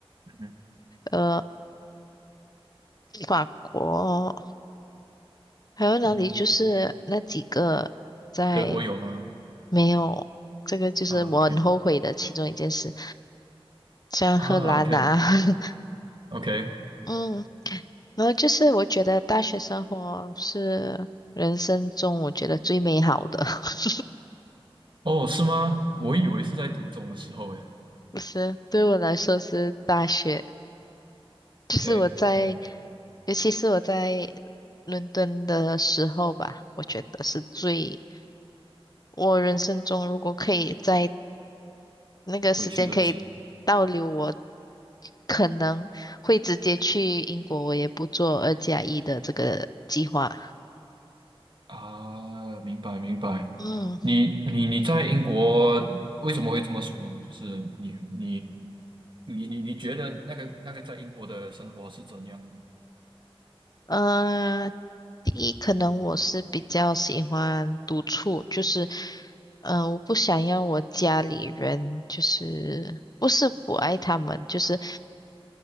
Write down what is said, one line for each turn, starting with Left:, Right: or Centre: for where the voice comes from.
Right: 嗯
Left: 呃法国，还有哪里？
Right: 嗯哼，
Left: 就是那几个在
Right: 德国有吗？
Left: 没有这个，就是我很后悔的其中一件事，
Right: 啊，OK
Left: 像荷兰啊，
Right: 啊，OK
Left: <laughs>
Right: OK，
Left: 嗯，然后就是我觉得大学生活是人生中我觉得最美好的，<laughs>
Right: 哦，是吗？我以为是在读中的时候诶。
Left: 不是对我来说是大学。就是我在，
Right: OK OK，
Left: 尤其是我在伦敦的时候吧，我觉得是最，我人生中如果可以在那个时间可以倒流，
Right: 回去多一次
Left: 我可能会直接去英国，我也不做二加一的这个计划。
Right: 啊，明白明白。
Left: 嗯，
Right: 你你你在英国为什么会这么说呢？就是你你你你你觉得那个那个在英国的生活是怎样的呢？
Left: 呃，第一，可能我是比较喜欢独处，就是，呃，我不想要我家里人，就是不是不爱他们，就是